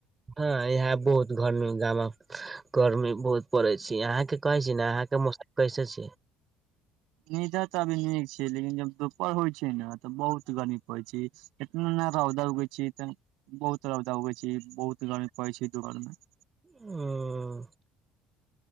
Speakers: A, on the right; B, on the right.
A: ہاں یہاں بہت گرمی گاما گرمی بہت پڑی چ آاں کے کہے چ نا آاں کے موسم کیسے چ
B: ندر ت ابھی نک ہے لیکن جب دوپر ہوئی نا تب بہت گغریف ہوئیچ اتنا روودا اگی ا بہت ردا اگی بہت گرمی پڑی دوور میں <unintelligible>
A: ہوں